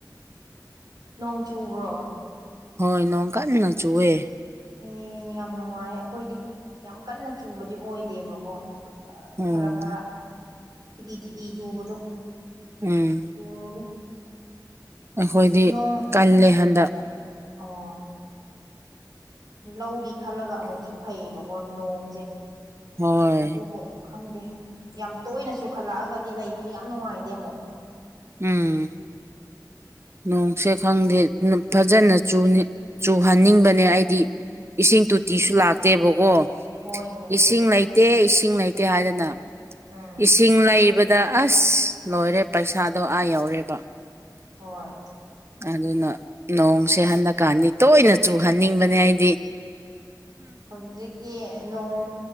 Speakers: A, on the right (about 65°); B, on the right (about 35°).
A: ꯅꯣꯡ ꯆꯨꯕ꯭ꯔꯣ
B: ꯍꯣꯏ ꯅꯣꯡ ꯀꯟꯅ ꯆꯨꯋꯦ
A: ꯑꯦ ꯌꯥꯝ ꯅꯨꯡꯉꯥꯏ ꯑꯩꯈꯣꯏꯗꯤ ꯌꯥꯝ ꯀꯟꯅ ꯆꯨꯕꯗꯤ ꯑꯣꯏꯗꯦꯕꯀꯣ
B: ꯎꯝ
A: ꯈꯔ ꯈꯔ ꯊꯤꯠꯂꯤ ꯊꯤꯠꯂꯤ ꯆꯨꯕꯗꯣ
B: ꯎꯝ
A: ꯆꯨꯔꯦ
B: ꯑꯩꯈꯣꯏꯗꯤ
A: ꯅꯣꯡ
B: ꯀꯜꯂꯦ ꯍꯟꯗꯛ
A: ꯑꯣ ꯂꯧꯒꯤ ꯈꯜꯂꯒ ꯑꯃꯨꯛꯁꯨ ꯐꯩꯌꯦꯕꯀꯣ ꯅꯣꯡꯖꯦ
B: ꯍꯣꯏ
A: ꯑꯗꯨꯕꯨ ꯈꯪꯗꯦ ꯌꯥꯝ ꯇꯣꯏꯅ ꯆꯨꯈꯠꯂꯛꯑꯒꯗꯤ ꯂꯩꯕꯗꯤ ꯌꯥꯝ ꯅꯨꯡꯉꯥꯏꯇꯦ ꯑꯃꯨꯛ
B: ꯎꯝ ꯅꯣꯡꯁꯦ ꯈꯪꯗꯦ ꯐꯖꯅ ꯆꯨꯅꯤꯡ ꯆꯨꯍꯟꯅꯤꯡꯕꯅꯦ ꯑꯩꯗꯤ ꯏꯁꯤꯡ ꯇꯣꯇꯤꯁꯨ ꯂꯥꯛꯇꯦꯕꯀꯣ
A: ꯍꯣꯏꯅꯦ ꯑꯗꯨꯕꯨꯗꯤ
B: ꯏꯁꯤꯡ ꯂꯩꯇꯦ ꯏꯁꯤꯡ ꯂꯩꯇꯦ ꯍꯥꯏꯗꯅ
A: ꯎꯝ
B: ꯏꯁꯤꯡ ꯂꯩꯕꯗ ꯑꯁ ꯂꯣꯏꯔꯦ ꯄꯩꯁꯥꯗꯣ ꯑꯥ ꯌꯧꯔꯦꯕ
A: ꯍꯣꯏ
B: ꯑꯗꯨꯅ ꯅꯣꯡꯁꯦ ꯍꯟꯗꯛꯀꯥꯟꯗꯤ ꯇꯣꯏꯅ ꯆꯨꯍꯟꯅꯤꯡꯕꯅꯦ ꯑꯩ
A: ꯍꯧꯖꯤꯛ ꯇꯤ ꯅꯣꯡ